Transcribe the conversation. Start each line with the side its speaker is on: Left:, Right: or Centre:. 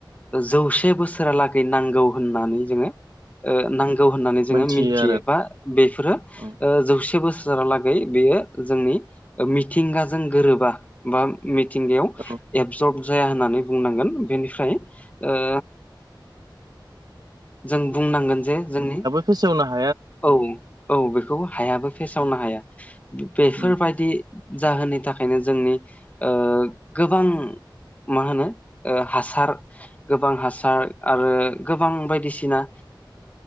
Left: जौसे बोसोरालागै नांगौ होननानै जोङो ओ नांगौ होननानै जोङो
Right: मोनथियो
Left: मिथियो
Right: आरो
Left: बा बेफोरो
Right: उम
Left: ओ जौसे बोसोर <unintelligible> बेयो जोंनि मिथिंगाजों गोरोबा बा मिथिंगायाव
Right: औ
Left: <unintelligible> जाया होननानै बुंनांगोन बेनिफ्राय ओ जों बुंनांगोन जे जोंनि
Right: फोसावना <unintelligible>
Left: औ औ बेखौ हायाबो फेसावनो हाया बेफोरबायदि
Right: उम
Left: जाहोननि थाखायनो जोंनि ओ गोबां मा होनो ओ हासार गोबां हासार आरो गोबां बायदिसिना